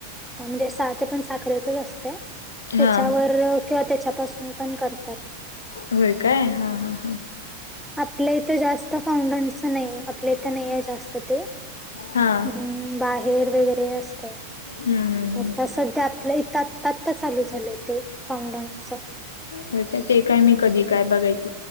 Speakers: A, in the centre; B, on the left.
A: म्हणजे स ते पण साखरेचच असतय. त्याच्यावर
B: हा
A: किंवा त्याच्यापासून पण करतात.
B: होय काय हा हा हा.
A: आपल्या इथे जास्त फाउंडटच नाही ए, आपल्या इथं नाही आहे जास्त ते
B: हा
A: हम्म बाहेर वगैरे असतय.
B: हम्म हम्म हम्म
A: आता सध्या आपल्या इथं, आता आता चालू झालंय ते, फाउंडट च
B: होय काय? ते काय मी कधी काय बघाय